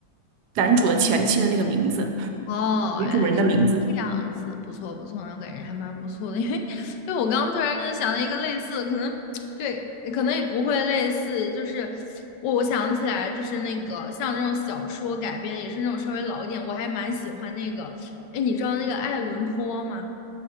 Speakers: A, on the right (about 70°); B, on the left (about 75°).
A: 男主的前妻的那个名字，
B: 哦，
A: 女主人的名字。
B: 原来是这样子，不错不错，我感觉还蛮不错的，<laughs> 因为因为我刚刚突然就是想了一个类似的，可能对，可能也不会类似，就是我我想起来就是那个像这种小说改编，也是那种稍微老一点，我还蛮喜欢那个，哎，你知道那个爱伦坡吗？